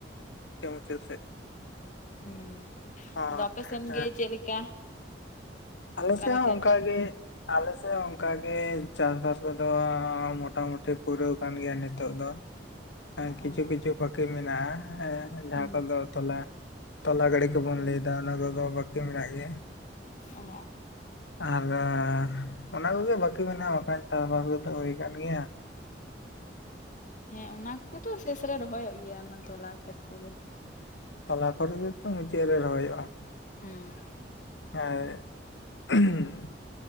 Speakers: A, on the left; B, on the left.
A: ᱢᱩᱪᱟᱹᱜ ᱥᱮᱫ᱾
B: ᱦᱮᱸ
A: ᱚ
B: ᱟᱫᱚ ᱟᱯᱮ ᱥᱮᱱ
A: ᱦᱮᱸ
B: ᱜᱮ ᱪᱮᱫ ᱞᱮᱠᱟ?
A: ᱟᱞᱮ
B: ᱠᱟᱹᱢᱤ
A: ᱥᱮᱜ ᱦᱚᱸ
B: ᱠᱟᱡᱽ?
A: ᱚᱱᱠᱟᱜ ᱜᱮ᱾ ᱟᱞᱮ ᱥᱮᱫ ᱦᱚᱸ ᱚᱱᱠᱟ ᱜᱮ ᱪᱟᱥ ᱵᱟᱥ ᱠᱚᱫᱚ ᱢᱚᱴᱟ ᱢᱩᱴᱤ ᱯᱩᱨᱟᱹᱣ ᱠᱟᱱ ᱜᱮᱭᱟ ᱱᱤᱛᱚᱜ ᱫᱚ᱾ ᱦᱮᱸ ᱠᱤᱪᱷᱩ
B: ᱚ
A: ᱠᱤᱪᱷᱩ ᱵᱟᱹᱠᱤ ᱢᱮᱱᱟᱜᱼᱟ ᱡᱟᱦᱟᱸ
B: ᱦᱩᱸ
A: ᱠᱚ ᱫᱚ ᱛᱚᱞᱟ ᱛᱚᱞᱟ ᱜᱟᱹᱰᱤ ᱠᱚ ᱵᱚᱱ ᱞᱟᱹᱭ ᱮᱫᱟ ᱚᱱᱟ ᱠᱚᱫᱚ ᱵᱟᱠᱤ ᱢᱮᱱᱟᱜ ᱜᱮᱭᱟ
B: ᱚᱻ᱾
A: ᱟᱨ ᱚᱱᱟ ᱠᱚ ᱜᱮ ᱵᱟᱠᱤ ᱢᱮᱱᱟᱜᱼᱟ ᱵᱟᱠᱷᱟᱱ ᱪᱟᱥ ᱵᱟᱥ ᱠᱚᱫᱚ ᱦᱩᱭ ᱠᱟᱱ ᱜᱮᱭᱟ᱾
B: ᱦᱮᱸ ᱚᱱᱟ ᱠᱚᱜᱮ ᱛᱚ ᱥᱮᱥ ᱨᱮ ᱨᱚᱦᱚᱭᱚᱜ ᱜᱮᱭᱟ ᱚᱱᱟ ᱛᱚᱞᱟ ᱠᱷᱮᱛ ᱠᱚ ᱜᱮ᱾
A: ᱛᱟᱞᱟ ᱠᱚ ᱫᱚ ᱛᱚ ᱢᱩᱪᱟᱹᱫ ᱨᱮ ᱨᱚᱦᱚᱭᱚᱜᱼᱟ᱾
B: ᱦᱩᱸ᱾
A: ᱦᱮᱸ